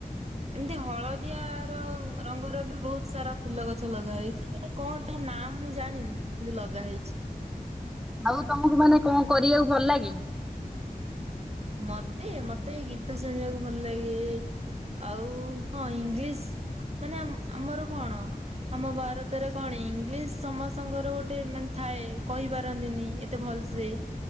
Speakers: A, on the right (about 45°); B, in the centre.
A: ଏମତି ହଳଦିଆ ର ରଙ୍ଗର ବି ବହୁତ ସାରା ଫୁଲ ଗଛ ଲଗା ହେଇଛି, ସେଇଟା କଣ ତା ନାଁ ମୁଁ ଜାଣିନି କିନ୍ତୁ ଲଗା ହେଇଛି।
B: ଆଉ ତମକୁ ମାନେ କଣ କରିବାକୁ ଭଲ ଲାଗେ?
A: ମତେ ମତେ ଗୀତ ଶୁଣିବାକୁ ଭଲ ଲାଗେ ଆଉ ହଁ ଇଂଲିଶ ମାନେ ଆମ୍-ଆମର କଣ ଆମ ଭାରତରେ କଣ ଇଂଲିଶ ସମସ୍ତଙ୍କର ଗୋଟେ ମାନେ ଥାଏ ଥାଏ କହିପାରନ୍ତିନି ଏତେ ଭଲସେ,